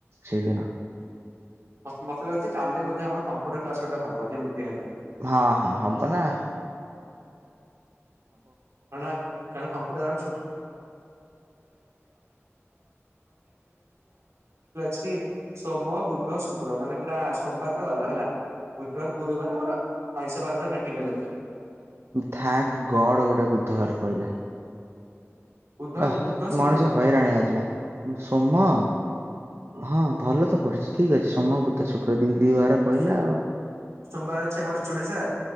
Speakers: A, on the right; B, on the right.
A: ସେଦିନ
B: ମସ୍ତ୍ ମତେ ଲାଗୁଛି କାଲି ବୋଧେ ଆମର କମ୍ପ୍ୟୁଟର୍ କ୍ଲାସ ଗୋଟେ ହବ ଯେମ୍ତି ହେଲେ
A: ହଁ ହଁ ହବ ନାଁ
B: କଣ ଆକ୍ କାଣା କାମ <unintelligible> ସ୍ଛି ସୋମ ବୁଦ୍ଧ ଶୁକ୍ର ମାନେ ପୁରା ସୋମ୍ପାତ୍ ରେ ଗଲା ହେଲା ବୁଧ୍ବାର ଗୁରୁବାରେ ମୋର ଆୟୁଷ ବାରରେ ମେଟିକାଲ୍ ଅଛି।
A: ଥାକ୍ ଗଡ଼୍ ଗୋଟେ ବୁଧବାର ପଇଲା।
B: ବୁଧ
A: ଆଃ
B: ବୁଧ ଶୁକ୍ର
A: ମଣିଷ ହଇରାଣ ୟାଉଥିଲା ସୋମ ହଁ ଭଲ ତ ପଢ଼ୁଛି ଠିକ୍ ଅଛି ସୋମ ବୁଧ ଶୁକ୍ର ଦି ଦି ବାର ପଇଲା
B: ଆଶ୍ଚ
A: ଆଉ
B: ସୋମବାର୍ ଅଛି ଆମର୍ ଚୁଡିଶାର୍